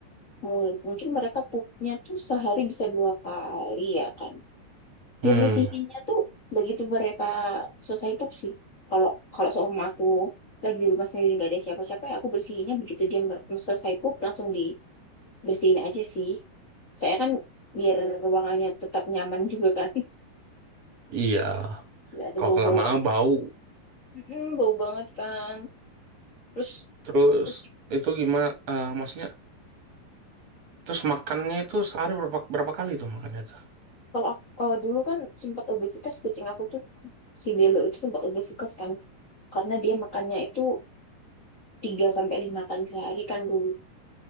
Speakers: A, on the left; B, on the right.
A: Mul- Mungkin mereka pupnya tuh sehari bisa dua kali ya kan.
B: hmm
A: Ya bersihinnya tuh begitu mereka selesai pup sih. Kalau kalau seumpama aku lagi di rumah sendiri nggak ada siapa-siapa ya aku bersihinnya begitu dia mer- selesai pup langsung dibersihin aja sih. Saya kan biar ruangannya tetap nyaman juga kan.
B: iya
A: <laughs> Nggak ada
B: kalau
A: bau-bau
B: lama-lama
A: aneh.
B: bau
A: Mm-mm, bau banget kan. Terus
B: terus
A: kucing
B: itu gimana eh, maksudnya terus makannya itu sehari berapa berapa kali tuh makannya tuh
A: kalau aku- eh, dulu kan sempat obesitas kucing aku tuh si Belo itu sempat obesitas kan karena dia makannya itu tiga sampai lima kali sehari kan dulu